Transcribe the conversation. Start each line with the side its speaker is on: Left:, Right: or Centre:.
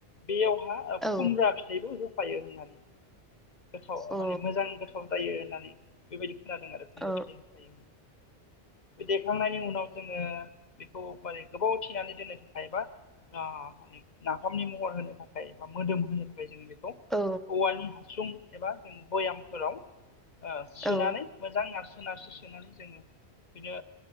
Left: बेयावहा आ
Centre: औ
Left: खुमब्रा फिथाइबो होफायो होननानै। गोथाव
Centre: औ
Left: माने मोजां गोथाव जायो होननानै बेबायदि खोनादों आरो खुमब्रा
Centre: औ
Left: फिथाइ होफायो। बे देखांनायनि उनाव जोङो बेखौ माने गोबाव थिनानै दोननो थाखायबा आ नाफामनि महर होनो थाखाय बा मोदोम होनो थाखाय जोङो बे बे
Centre: औ
Left: औवानि हासुं एबा जों बयामफोराव ओ सोनानै
Centre: औ
Left: मोजां नारसो नारसो सोनानै जोङो बिनो